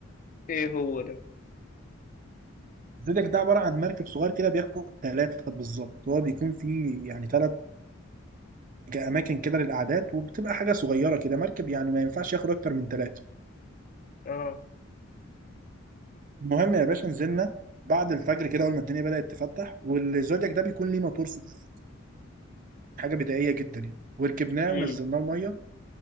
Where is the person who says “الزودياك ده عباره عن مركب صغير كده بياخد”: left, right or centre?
Right